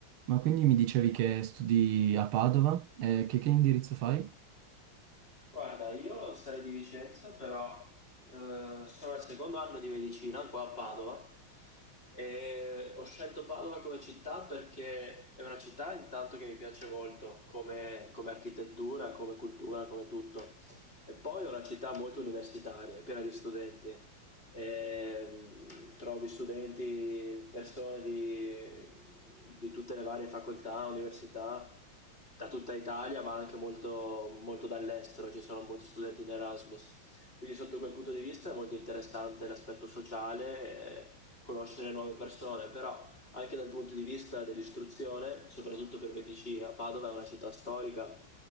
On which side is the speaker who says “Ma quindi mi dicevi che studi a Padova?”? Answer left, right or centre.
Right